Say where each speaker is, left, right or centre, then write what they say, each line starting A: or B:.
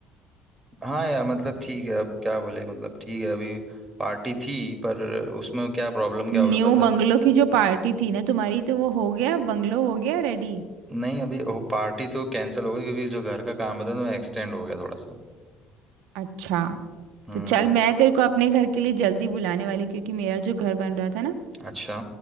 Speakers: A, on the right; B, on the right.
A: हाँ यार मतलब ठीक है अब क्या बोले मतलब ठीक है अभी पार्टी थी पर उसमें क्या प्रॉब्लम क्या
B: न्यू
A: हो गया पता
B: बंगलो
A: है
B: की जो पार्टी थी ना तुम्हारी तो वो हो गया बंगलो हो गया रेडी
A: नहीं अभी पार्टी तो कैंसिल हो गई क्योंकि जो घर का काम होता है ना वो एक्सटेंड हो गया थोड़ा सा
B: अच्छा
A: हम्म
B: तो चल मैं तेरे को अपने घर के लिए जल्दी बुलाने वाली क्योंकि मेरा जो घर बन रहा था ना
A: अच्छा